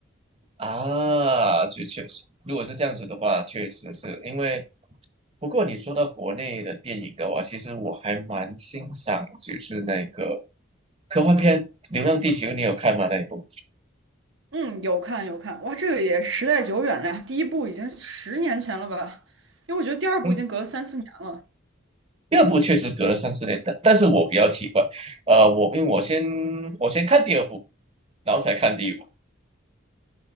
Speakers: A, on the right (about 30°); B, on the right (about 70°).
A: 啊，就确实，如果是这样子的话，确实是因为。不过你说到国内的电影的话，其实我还蛮欣赏，就是那个科幻片《流浪地球》，你有看吗？那一部？
B: 嗯，有看有看，哇，这个也时代久远了呀，第一部已经十年前了吧？因为我觉得第二部已经隔了三四年了，
A: 嗯，第二部确实隔了三四年，但但是我比较奇怪，呃，我因为我先我先看第二部，然后才看第一部。